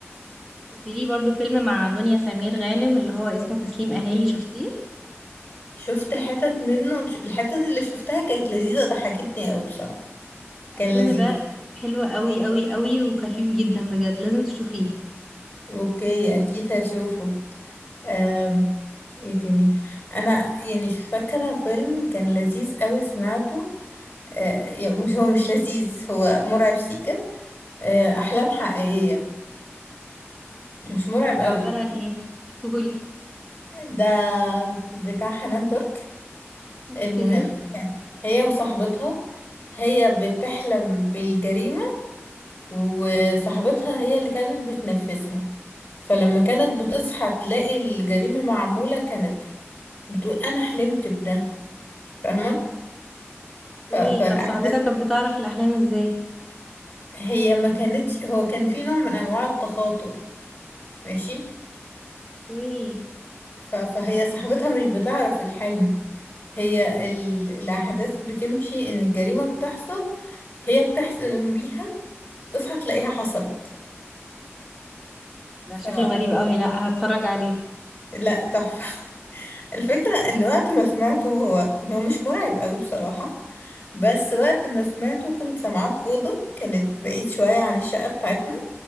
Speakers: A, in the centre; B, on the left (about 35°).
A: بس ليه برضو فيلم مع دنيا سمير غانم اللي هو اسمه تسليم اهالي شفتيه
B: شفت حتت منه الحتت اللي شفتها كانت لذيذة ضحكتني قوي بصراحة كان
A: الفيلم
B: لذيذ
A: ده حلو قوي قوي قوي وخفيف جدا بجد لازم تشوفيه
B: اوكي اكيد هشوفه أم. ايه تاني انا يعني فاكرة فيلم كان لذيذ قوي سمعته أه يعني مش هو مش لذيذ هو مرعب سيكا أه احلام حقيقية مش مرعب
A: لا ده
B: قوي
A: عبارة عن ايه احكيهولي
B: ده بتاع حنان ترك
A: اوكي
B: المهم كان هي وصاحبتها هي بتحلم بالجريمة وصاحبتها هي اللي كانت بتنفذها فلما كانت بتصحى تلاقي الجريمة معمولة كانت بتقول أنا حلمت بده فاهمة ف-
A: ايه
B: فالأحداث
A: طب صاحبتك كانت بتعرف الاحلام ازاي
B: هي ما كانتش هو كان في نوع من أنواع التخاطر ماشي
A: ايه
B: ف- فهي صاحبتها مش بتعرف الحلم هي ال... الأحداث بتمشي إن الجريمة بتحصل هي بتحلم بيها تصحى تلاقيها حصلت
A: ده شكله
B: ف
A: غريب قوي لا هتفرج عليه
B: لا تحفة الفكرة ان وقت ما سمعته هو هو مش مرعب قوي بصراحة بس وقت ما سمعته كنت سامعاه في أوضة كانت بعيد شوية عن الشقة بتاعتنا